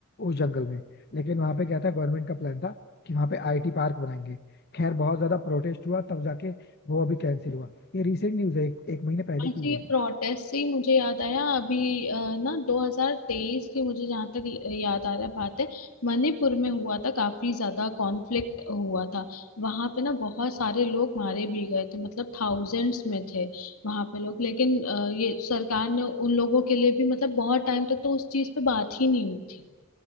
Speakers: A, on the left; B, on the left.
A: उस जंगल में लेकिन वहां पे क्या था गवर्नमेंट का प्लान था कि वहां पे आईटी पार्क बनाएंगे खैर बहुत ज्यादा प्रोटेस्ट हुआ तब जाके वो अभी कैंसिल हुआ ये रिसेंट न्यूज है एक, एक महीने पहले
B: हाँ
A: की
B: जी
A: है
B: प्रोटेस्ट से ही मुझे याद आया अभी अ, ना 2023 की मुझे जहाँ तक ल- याद आ रहा है बात है मणिपुर में हुआ था काफी ज्यादा कॉन्फ्लिक्ट हुआ था वहां पे ना बहुत सारे लोग मारे भी गए थे मतलब थाउजेंड्स में थे वहां पे लोग लेकिन अ, ये सरकार ने उन लोगों के लिए भी मतलब बहुत टाइम तक तो उस चीज पे बात ही नहीं हुई थी